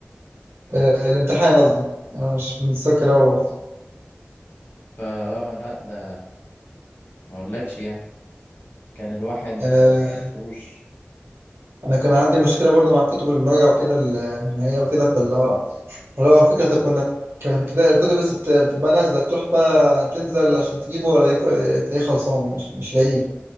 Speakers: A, on the right (about 75°); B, on the left (about 65°).
A: آه، الامتحان قصدي انا مش متذكر أوي برضه
B: فا اه لا ده ما اقولكش يعني كان الواحد
A: آه،
B: آه، مطروش
A: انا كان عندي مشكله برضه مع الكتب المراجعه وكده ال- النهائيه وكده فاللي هو اللي هو فكره كنا كانت كده الكتب بس بت- بتبقى نازله تروح بقى تنزل عشان تجيبه ولا يك- تلاقيه خلصان مش مش لاقيه